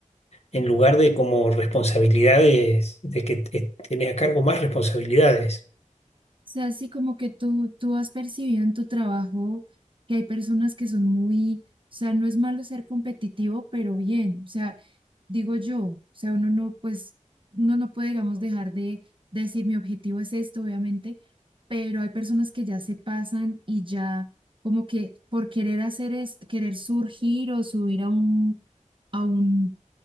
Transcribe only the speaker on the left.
en lugar de como responsabilidades, de que eh, tenés a cargo más responsabilidades.